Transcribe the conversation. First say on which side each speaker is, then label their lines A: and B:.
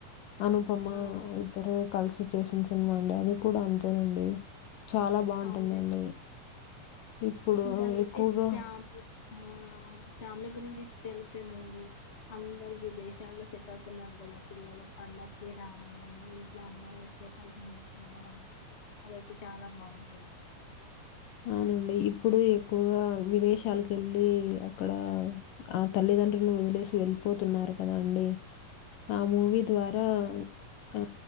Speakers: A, on the left (about 70°); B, on the left (about 35°).
A: అనుపమ
B: ఆ అవును-
A: ఇద్దరు కలిసి చేసిన సినిమా అండి అది కూడా అంతేనండి చాలా బాగుంటుందండి
B: అవునండి
A: ఇప్పుడు
B: ఇంకా అదైతే
A: ఎక్కువగా
B: ఫ్యామిలీ ఆ ఫ్యామిలీ గురించి తెలిపే మూవీ అందరు విదేశాల్లో సెట్ అవుతున్నారు కదా పిల్లలు పండక్కి రావడం ఇంట్లో అందరితో కలిసిమెలిసి ఉండడం అదైతే చాలా బాగుంటది
A: అవునండి ఇప్పుడు ఎక్కువగా విదేశాలకు వెళ్ళి అక్కడ ఆ తల్లి దండ్రుల్ని వదిలేసి వెళ్ళిపోతున్నారు కదా అండి ఆ మూవీ ద్వారా ఆ